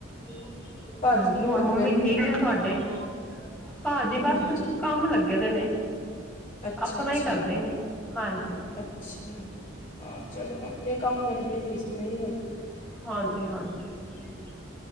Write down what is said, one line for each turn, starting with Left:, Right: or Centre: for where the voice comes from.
Centre: ਹੂ
Left: ਭਾਜੀ
Centre: ਹਾਂਜੀ।
Left: ਕੀ
Centre: ਹੋਰ
Left: ਕਰਦੇ
Centre: ਮੰਮੀ ਠੀਕ ਨੇ ਤੁਹਾਡੇ? ਭਾਜੀ
Left: ਹਾਂਜੀ,
Centre: ਬਸ ਕੰਮ ਲੱਗੇ ਪੇ ਨੇ।
Left: ਅੱਛਾ-ਅੱਛਾ,
Centre: ਆਪਣਾ ਹੀ ਕਰਦੇ ਨੇ। ਹਾਂਜੀ
Left: ਅੱਛਾ ਹਾਂ ਚਲੋ। ਆਪਣੇ ਕੰਮ ਵਰਗੀ ਰੀਸ ਨਹੀਂ ਹੇਗੀ।
Centre: ਹਾਂਜੀ-ਹਾਂਜੀ